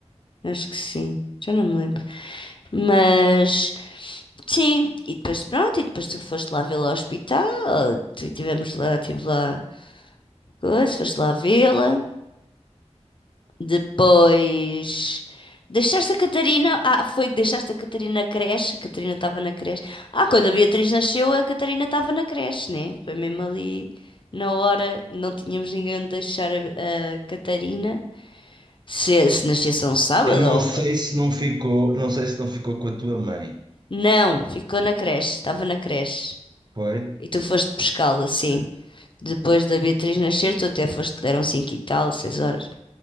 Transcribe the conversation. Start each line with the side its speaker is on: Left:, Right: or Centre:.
Left: Acho que sim, já não me lembro. Mas. Sim, e depois pronto, e depois tu foste lá vê-la ao hospital, tu- tivemos lá, tive lá coisa, foste lá vê-la, depois deixaste a Catarina, ah, foi que deixaste a Catarina na creche, a Catarina estava na creche, ah, quando a Beatriz nasceu a Catarina estava na creche, né? Foi mesmo ali na hora, não tínhamos ninguém onde deixar a, a Catarina, se, se nascesse um sábado
Right: Eu não
Left: ou uma...
Right: sei se não ficou, não sei se não ficou com a tua mãe,
Left: Não, ficou na creche, estava na creche,
Right: foi?
Left: e tu foste pescá-la,
Right: Ok.
Left: sim. Depois da Beatriz nascer, tu até foste, deram cinco e tal, seis horas.